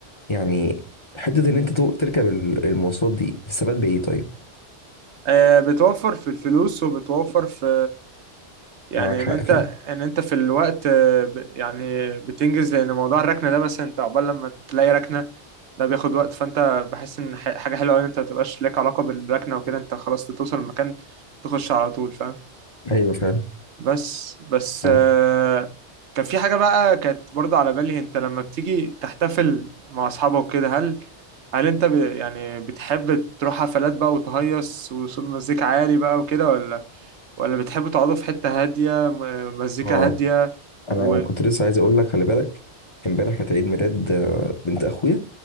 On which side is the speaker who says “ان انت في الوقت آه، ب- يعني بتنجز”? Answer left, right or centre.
Right